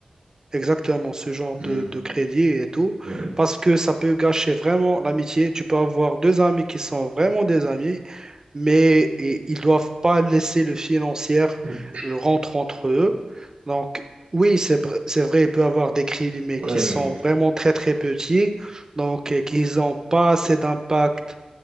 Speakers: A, on the right; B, on the right.
A: Exactement, ce genre
B: Hmm.
A: de, de crédit et tout,
B: Ouais.
A: parce que ça peut gâcher vraiment l'amitié. Tu peux avoir deux amis qui sont vraiment des amis, mais i- ils doivent pas laisser le financier
B: Mmh.
A: euh, rentrer entre eux. Donc, oui, c'est br- c'est vrai, il peut y avoir des crédits, mais
B: Ouais,
A: qui sont vraiment très, très petits, donc euh, qu'ils n'ont pas assez d'impact,